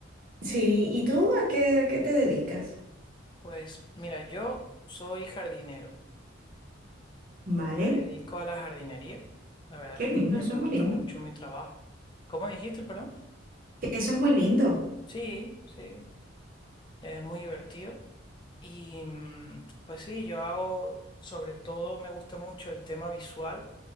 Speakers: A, on the right; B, on the left.
A: sí. ¿Y tú a qué, a qué te dedicas?
B: Pues mira, yo soy jardinero.
A: Vale,
B: Me dedico a la jardinería. La verdad
A: qué
B: que
A: lindo,
B: también
A: eso
B: me
A: es
B: gusta
A: muy lindo.
B: mucho mi trabajo. ¿Cómo dijiste, perdón?
A: Eso es muy lindo.
B: Sí, sí, es muy divertido. Y mm, pues sí, yo hago, sobre todo me gusta mucho el tema visual.